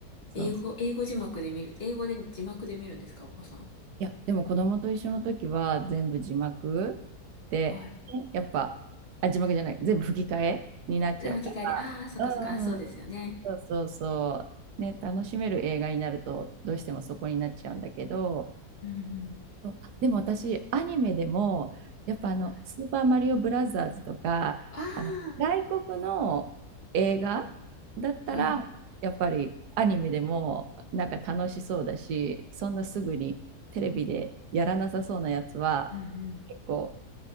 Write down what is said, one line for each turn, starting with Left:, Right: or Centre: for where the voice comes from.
Left: 英語、
Right: そう
Left: 英語字幕で見る。英語で字幕で見るんですか、お子さん。
Right: いや、でも子供と一緒の時は全部字幕で、
Left: はい。
Right: やっぱ、あ、字幕じゃない、全部吹き替えになっちゃうか
Left: で、吹き替えで、ああ、そっかそっか、
Right: ら。うんうんうんそうそうそう。
Left: あ、そうですよね。
Right: ね、楽しめる映画になると、どうしてもそこになっちゃうんだけど、
Left: うんうん。
Right: そうあでも私、アニメでも、やっぱあの、
Left: はい。
Right: スーパーマリオブラザーズとか、
Left: ああ、
Right: あの外国の映画だったら、
Left: はい。
Right: やっぱりアニメでもなんか楽しそうだし、そんなすぐにテレビでやらなさそうなやつは、
Left: うんうん。
Right: 結構、